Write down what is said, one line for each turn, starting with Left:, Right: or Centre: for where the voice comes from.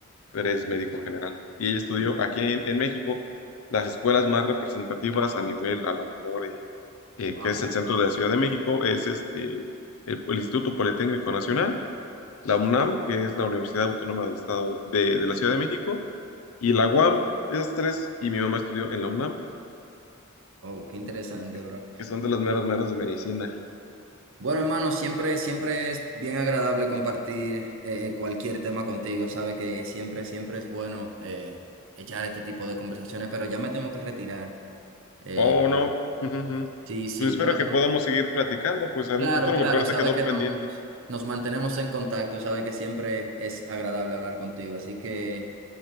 Left: pero es médico general. Y ella estudió
Right: Sí.
Left: aquí en, en México las escuelas más representativas a nivel, a lo mejor, eh, eh,
Right: Wow.
Left: que es el centro de la Ciudad de México, es este, el, el Instituto Politécnico Nacional, la UNAM, que es la Universidad Autónoma del Estado de, de la Ciudad de México, y la UAM, esas tres, y mi mamá estudió en la UNAM,
Right: Oh, qué interesante,
Left: que
Right: bro.
Left: que son de los meros meros de medicina.
Right: Bueno, hermano, siempre, siempre es bien agradable compartir eh, cualquier tema contigo. Sabe que siempre, siempre es bueno eh, echar este tipo de conversaciones, pero ya me tengo que retirar. Eh,
Left: Oh, no. Ujú, ujú.
Right: Sí, sí,
Left: Pues espero
Right: ya me
Left: que
Right: tengo.
Left: podamos seguir platicando, pues en
Right: Claro,
Left: un futuro,
Right: claro,
Left: porque ahorita
Right: sabe
Left: quedó
Right: que
Left: pendiente.
Right: nos, nos mantenemos en contacto, sabe que siempre es agradable hablar contigo. Así que